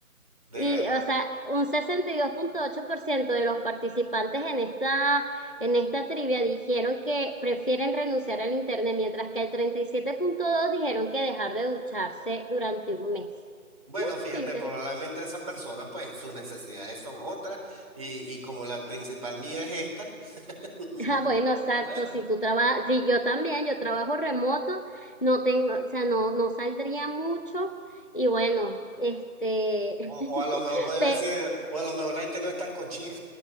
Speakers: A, on the right; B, on the left.
A: De
B: y,
A: verdad.
B: o sea, un sesenta y dos punto ocho por ciento de los participantes en esta, en esta trivia dijeron que prefieren renunciar al internet, mientras que el treinta y siete punto dos dijeron que dejar de ducharse durante un mes.
A: Bueno,
B: Mm,
A: fíjate,
B: qué
A: probablemente esa persona, pues sus necesidades son otras y, y como la principal mía es esta, <laughs> no,
B: Ah, bueno, exacto.
A: bueno.
B: Si tú trabajas, si yo también, yo trabajo remoto, no tengo, o sea, no, no saldría mucho. Y bueno, este,
A: O,
B: <laughs>
A: o a lo mejor podría
B: pe-
A: decir, o a lo mejor la gente no es tan cochina.